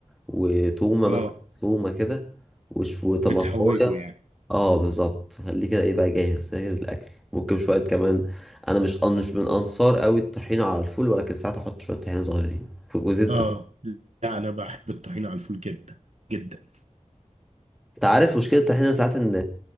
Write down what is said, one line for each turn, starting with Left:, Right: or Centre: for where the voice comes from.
Centre: وتومة
Right: اه
Centre: مثلا تومة كده وش- وطماطماية
Right: بتحوجه يعني
Centre: اه بالظبط خليه كده ايه بقى جاهز جاهز الاكل ممكن شوية كمان انا مش مش من انصار قوي الطحينة على الفول ولكن ساعات احط شوية طحينة صغيرين وزيت
Right: اه
Centre: زيتون
Right: لا انا بحب الطحينه على الفول جدا جدا
Centre: انت عارف مشكلة الطحينة ساعات ان